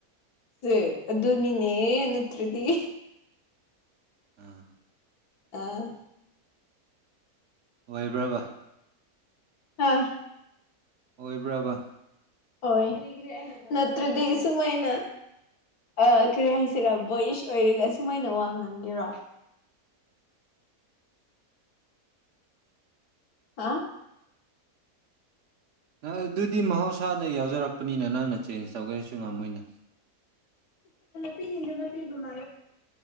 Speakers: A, on the left (about 90°); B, on the right (about 60°).
A: ꯁꯦ ꯑꯗꯨꯅꯤꯅꯦ ꯅꯠꯇ꯭ꯔꯗꯤ
B: ꯑ
A: ꯑꯥ
B: ꯑꯣꯏꯕ꯭ꯔꯕ
A: ꯑꯥ
B: ꯑꯣꯏꯕ꯭ꯔꯕ
A: ꯍꯣꯏ ꯅꯠꯇ꯭ꯔꯗꯤꯁꯨꯃꯥꯏꯅ ꯑ ꯀꯔꯤ ꯍꯥꯏꯁꯤꯔꯥ ꯕꯣꯣꯏꯁ ꯑꯣꯏꯔꯒ ꯁꯨꯃꯥꯏꯅ ꯋꯥ ꯉꯥꯡꯒꯦꯔꯣ ꯍꯥ
B: ꯑꯗꯨꯗꯤ ꯃꯍꯧꯁꯥꯅ ꯌꯥꯎꯖꯔꯛꯄꯅꯤꯅ ꯅꯪꯅ ꯆꯦꯟꯖ ꯇꯧꯒꯦꯁꯨ ꯉꯝꯃꯣꯏꯅ
A: ꯄꯤꯅꯄꯤꯃ